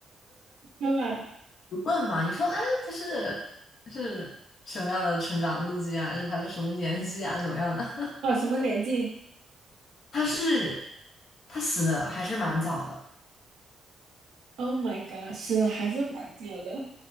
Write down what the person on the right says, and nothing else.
要吧？
哦，什么年纪
？Oh my god，是还是蛮久的。